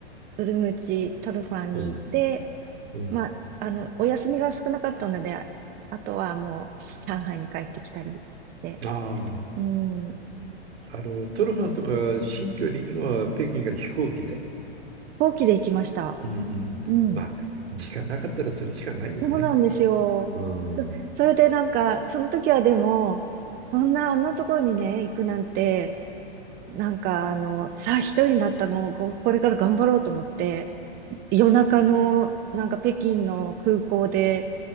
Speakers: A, on the right (about 25°); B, on the right (about 75°).
A: ウルムチ、トルファンに行って、
B: うん。うん。
A: まあ、あの、お休みが少なかったので、あとはもう、上海に帰ってきたりして、
B: あ
A: うん。飛
B: あ。あの、トルファンとか新疆に行くのは北京から飛行機で。
A: 行機で行きました。
B: うんうん。
A: うん。
B: まあ、時間なかったらそれしかないよね。
A: そうなんですよ。
B: うん。
A: そ、
B: う
A: それでなんか、その時はでも、そんなあのところにね、行くなんて、なんかあの、さあ一人になったもうこ、これから頑張ろうと思って、夜中のなんか北京の空港で、